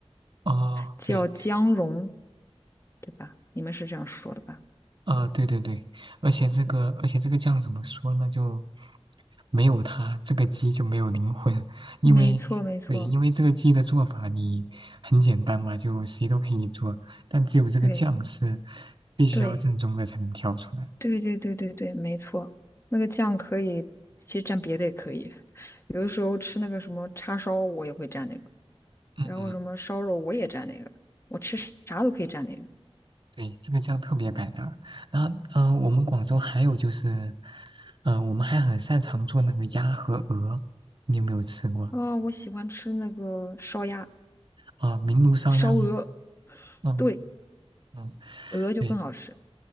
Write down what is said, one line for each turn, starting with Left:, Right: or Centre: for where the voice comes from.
Right: 哦，
Left: 叫姜蓉，
Right: 对，
Left: 对吧？你们是这样说的吧？
Right: 啊，对对对，而且这个而且这个酱怎么说呢？
Left: 没，
Right: 就没有它这个鸡就没有灵魂，因为对，
Left: 没错没错，
Right: 因为这个鸡的做法你很简单嘛，就谁都可以做，但只有这个酱是
Left: 对
Right: 必须要正宗的才能调出来。
Left: 对对对对对对，没错，那个酱可以，其实蘸别的也可以，有的时候吃那个什么叉烧，我也会蘸那个。
Right: 嗯嗯
Left: 然后什么烧肉我也蘸那个，我吃啥都可以蘸那个。
Right: 对，这个酱特别百搭。然后，嗯、我们广州还有就是，嗯、我们还很擅长做那个鸭和鹅，你有没有吃过？
Left: 啊！我喜欢吃那个烧鸭、
Right: 啊、明炉烧鸭吗？
Left: 烧鹅，
Right: 嗯
Left: 对，
Right: 嗯，
Left: 鹅就更好吃。
Right: 对